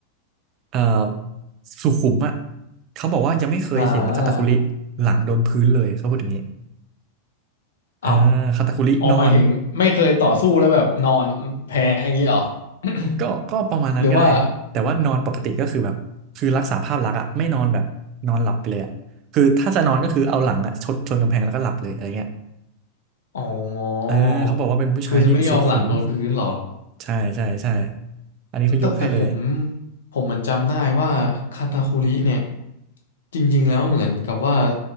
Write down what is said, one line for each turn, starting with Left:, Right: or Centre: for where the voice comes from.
Right: เอ่อสุขุมอ่ะเขาบอกว่ายังไม่เคยเห็นคาตาคุริหลังโดนพื้นเลยเขาพูดอย่างนี้
Left: อ่าเอ้า
Right: อ่าคาตาคุรินอน
Left: ออกหมายถึงไม่เคยต่อสู้แล้วแบบนอนแพ้อย่างนี้เหรอ <coughs>
Right: ก็ก็ประมาณนั้นก็ได้แต่ว่านอนปกติก็คือแบบคือรักษาภาพลักษณ์อะไม่นอนแบบนอนหลับไปเลยอะคือถ้าจะนอนก็คือเอาหลังอะชนชนกำแพงแล้วก็หลับเลยอะไรเงี้ย
Left: หรือว่าอ๋อ
Right: เออเขาบอกว่าเป็นผู้ชายที่สุขุม
Left: คือจะไม่ยอมหลังโดนพื้นเหรอ
Right: ใช่ใช่ใช่อันนี้เขายกให้เลย
Left: แต่แต่ผมผมเหมือนจำได้ว่าคาตาคุริเนี่ยจริงๆแล้วเหมือนกับว่า